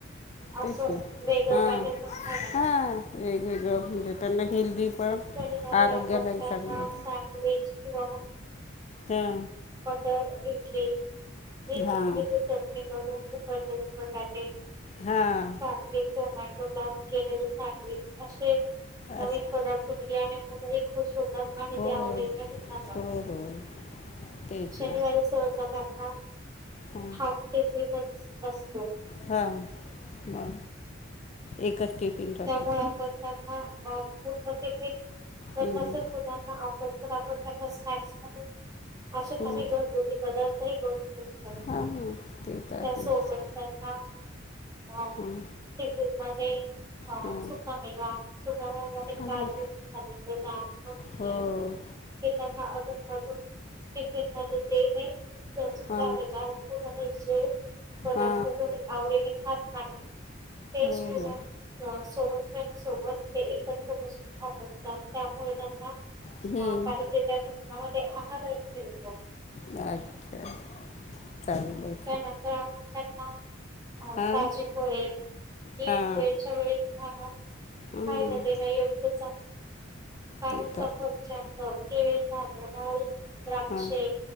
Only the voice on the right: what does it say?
असं
वेगळं
पॅटर्न पण खायला
मिळतं.
शनिवारी
आपण त्यांना
सँडविच किंवा म
मटर इडली <unintelligible>
चटणी करून <unintelligible> त्यांनी पटाटे
काकडीचा बॅटर लावून केलेले सँडविच असे नवीन
पदार्थ <unintelligible> मुले ही खुश होतात आणि
ते आवडीने ही खातात.
शनिवारी
सहसा त्यांना
हाफ टिफिनच असतो.
त्यामुळे आपण त्यांना <unintelligible> टिफिन जे
नसलं मुलांना आवडत पण आपण त्यांना स्नॅक्स म्हणून काही
बनवून ते पदार्थ ही बनवून देवू शकतो
त्या
सोबत त्यांना हा
टिफिन मध्ये हा
सुका मेवा सुका मेवा मा ते
काजू
<unintelligible> बदाम <unintelligible>
हे त्यांना अधूनमधून टिफिन मध्ये देणे खूप गरजेचे
आहे कारण मुलं त <unintelligible> पदार्थ
घरी आवडीनी खात नाही ते
स्कूलला
सोबत पण सोबत ते एकत्र बसून खात असतात त्यामुळे त्यांना
हा पाहिजे ते बघताना ते आहार ही मिळतो.
त्यानंतर आपण त्यांना अ
भाजी पोळी ही
वेळच्या वेळी <unintelligible>
खायला देणं योग्यच आ कारण
सफरचंद, केळी झाल डाळिंब द्राक्षे